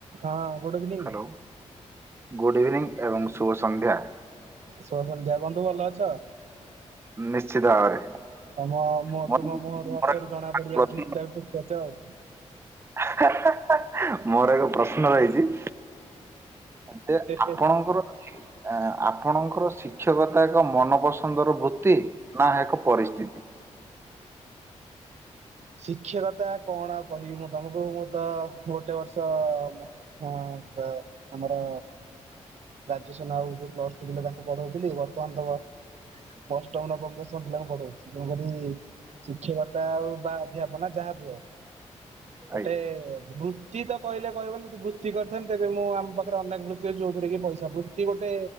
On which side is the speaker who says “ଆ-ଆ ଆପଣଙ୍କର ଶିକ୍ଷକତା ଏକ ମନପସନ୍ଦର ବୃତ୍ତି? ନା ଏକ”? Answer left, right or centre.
Right